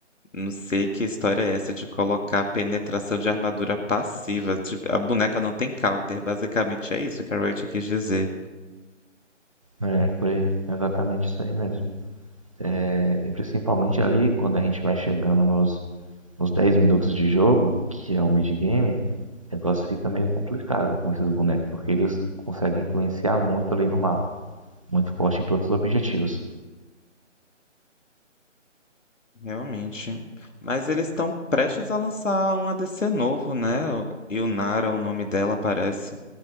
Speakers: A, on the left; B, on the right.
A: Não sei que história é essa de colocar penetração de armadura passiva. Tipo, a boneca não tem counter. Basicamente é isso que a Riot quis dizer.
B: É, foi exatamente isso aí mesmo. É, e principalmente ali, quando a gente vai chegando nos uns 10 minutos de jogo, que é um mid-game, o negócio fica meio complicado com esses bonecos, porque eles conseguem influenciar muito ali no mapa, muito forte em todos os objetivos.
A: Realmente. Mas eles estão prestes a lançar um ADC novo, né? Yunara, o nome dela, parece.